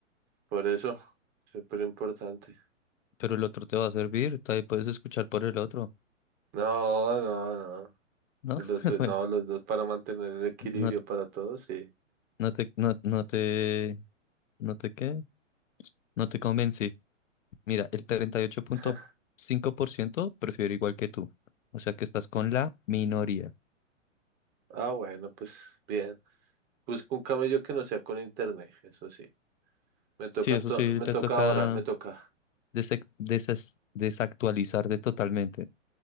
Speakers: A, on the right; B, on the left.
A: Por eso, súper importante.
B: pero el otro te va a servir, tal vez puedes escuchar por el otro,
A: No, no, no.
B: ¿no?
A: Los,
B: <laughs>
A: no,
B: Bueno,
A: los dos para mantener el equilibrio
B: no, te,
A: para todos, sí.
B: no te, no, no te, no te qué, no te convencí. Mira, el 38.5%
A: <laughs>
B: prefiero igual que tú. O sea que estás con la minoría.
A: Ah, bueno, pues bien. Busco un camello que no sea con internet, eso sí. Me toca
B: Sí, eso
A: ento-
B: sí,
A: me
B: te
A: toca
B: toca
A: ahora, me toca.
B: desec- desas- desactualizar de totalmente.